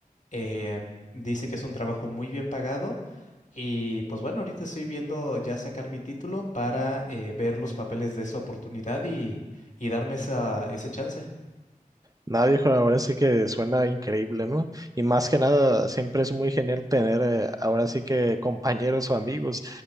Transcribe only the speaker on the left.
Eh, dice que es un trabajo muy bien pagado y pues bueno, ahorita estoy viendo ya sacar mi título para eh, ver los papeles de esa oportunidad y, y darme esa, ese chance.